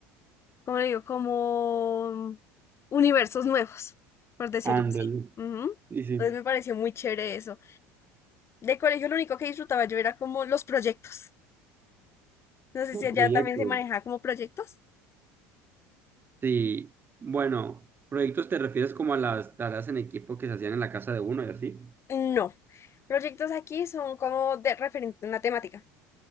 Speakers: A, on the left; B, on the right.
A: ¿cómo le digo? Como universos nuevos, por decirlo
B: Ándale.
A: así. Ujú.
B: Sí, sí.
A: Entonces me pareció muy chévere eso. De colegio lo único que disfrutaba yo era como los proyectos. No sé
B: Los
A: si allá
B: proyectos.
A: también se manejaba como proyectos.
B: Sí, bueno, proyectos te refieres como a las tareas en equipo que se hacían en la casa de uno y así.
A: No, Proyectos aquí son como de referente a una temática.